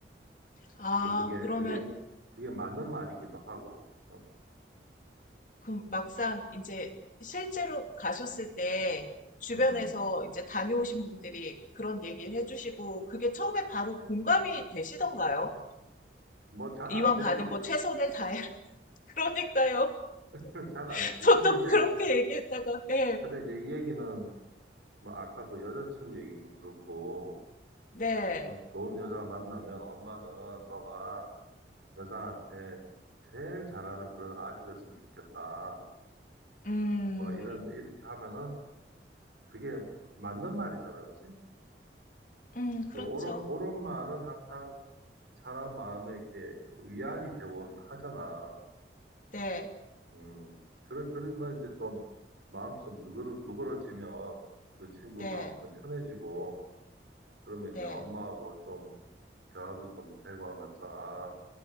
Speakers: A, on the left (about 45°); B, on the right (about 75°).
A: 아,
B: 또 그게,
A: 그러면,
B: 그게, 그게 맞는 말이기도 하고, 어?
A: 그 막상 이제 실제로 가셨을 때 주변에서
B: 음,
A: 이제 다녀오신 분들이 그런 얘기를 해주시고 그게 처음에 바로 공감이 되시던가요?
B: 뭐 잘
A: 이왕
B: 안 되지.
A: 가는 거 최선을 다해. <laughs> 그러니까요.
B: <laughs> 잘
A: <laughs>
B: 안 되지.
A: 저도
B: 근데 이제
A: 그렇게 얘기했다가, 예.
B: 근데 이제 이 얘기는 뭐 아까 그 여자친구 얘기도 그렇고
A: 네.
B: 어? 좋은 여자 만나면 엄마는 너가 여자한테 제일 잘하는 그런 아기 됐으면 좋겠다.
A: 음,
B: 뭐 이런 이렇게 하면은 그게 맞는 말이잖아, 그렇지?
A: 음, 그렇죠.
B: 그 옳은 옳은 말은 항상 사람 마음에 이렇게 위안이 되고 하잖아.
A: 네.
B: 음. 그러, 그러면 이제 좀 마음 좀 누그러, 누그러지면 그 친구
A: 네,
B: 마음도 좀 편해지고 그러면
A: 네.
B: 이제 엄마하고 좀 대화도 좀 되고 하면서, 아,